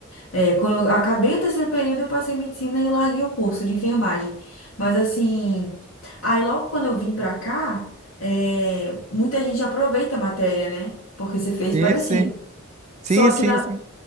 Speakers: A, on the left; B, on the right.
A: É, quando eu acabei o terceiro período, eu passei em medicina e larguei o curso de enfermagem. Mas, assim, aí logo quando eu vim pra cá, é, muita gente aproveita a matéria, né? Porque você fez
B: Sim,
A: parecido.
B: sim. Sim,
A: Só
B: sim,
A: que, na
B: sim.